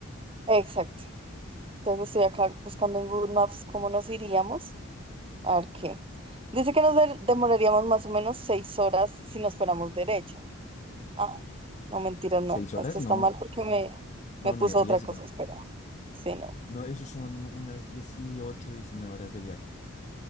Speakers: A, on the right; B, on the left.
A: Exacto. Entonces estoy acá buscando en Google Maps cómo nos iríamos. A ver qué. Dice que nos de- demoraríamos más o menos seis horas si nos fuéramos derecho. Ah, no, mentira, no.
B: Seis
A: Esto
B: horas,
A: está
B: no,
A: mal porque me,
B: No,
A: me puso
B: no hay riesgo.
A: otra cosa. Espera. Sí, no.
B: No, eso son unas 18, 19 horas de viaje,